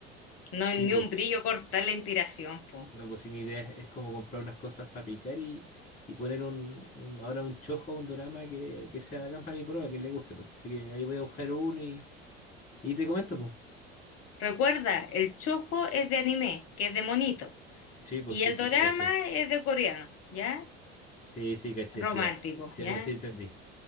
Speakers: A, on the left; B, on the left.
A: no hay
B: Sí,
A: ni
B: pues,
A: un brillo cortar la inspiración, po.
B: no, pues si mi idea es, es como comprar unas cosas para picar y, y poner un, un- ahora un chojo, un dorama que, que sea bacán para mi polola, que le guste, pues. Así que ahí voy a buscar uno y, y te comento, pues.
A: Recuerda, el chojo es de anime, que es de monito,
B: Sí, pues
A: y
B: sí,
A: el
B: sí,
A: dorama
B: sí, caché.
A: es de coreano, ¿ya?
B: Sí, sí, caché,
A: Romántico,
B: sí, ah, sí,
A: ¿ya?
B: ahora sí entendí.